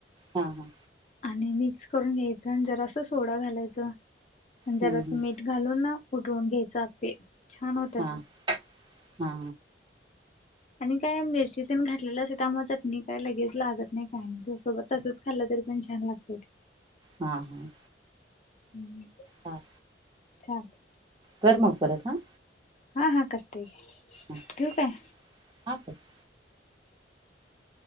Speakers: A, on the right; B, on the left.
A: हम्म हम्म हा हा
B: आणि मिक्स करून घ्यायचं जरासा सोडा घालायचं,
A: हम्म
B: जरासा
A: हम्म
B: मीठ घालून ना उटरुन घ्यायचं अप्पे छान होतात.
A: हा हा.
B: आणि काय मिरचीतेन घातलेलं असे त्या मग चटणी काय लगेच लागत नाही काय त्या सोबत तसेच खाल्लं तरी पण छान लागते.
A: हा हा.
B: हम्म.
A: हां.
B: छान ते.
A: कर म परत हा.
B: हा हा करते
A: हा
B: ठेवू काय?
A: <unintelligible>